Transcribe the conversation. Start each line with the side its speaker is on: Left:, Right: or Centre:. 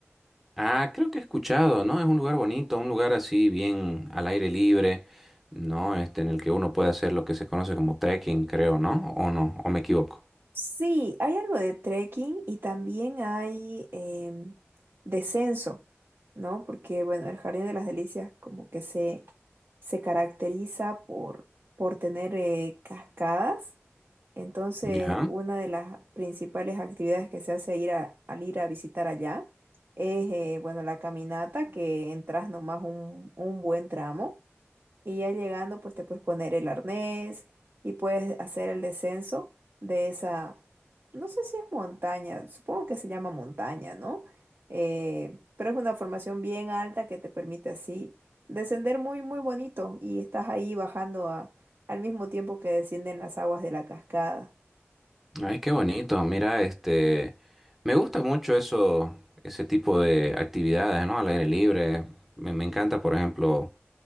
Centre: Ah, creo que he escuchado, ¿no? Es un lugar bonito, un lugar así bien al aire libre, ¿no? Este, en el que uno puede hacer lo que se conoce como trekking, creo, ¿no? ¿O no? ¿O me equivoco?
Right: Sí, hay algo de trekking y también hay em, descenso, ¿no? Porque, bueno, el Jardín de las Delicias como que se, se caracteriza por, por tener eh, cascadas. Entonces,
Centre: Ya.
Right: una de las principales actividades que se hace ir a- al ir a visitar allá es, eh, bueno, la caminata, que entras nomás un, un buen tramo. Y ya llegando, pues te puedes poner el arnés y puedes hacer el descenso de esa, no sé si es montaña, supongo que se llama montaña, ¿no? Eh, pero es una formación bien alta que te permite así descender muy, muy bonito y estás ahí bajando a- al mismo tiempo que descienden las aguas de la cascada.
Centre: Ay, qué bonito. Mira, este, me gusta mucho eso, ese tipo de actividades, ¿no? Al aire libre. Me, me encanta, por ejemplo,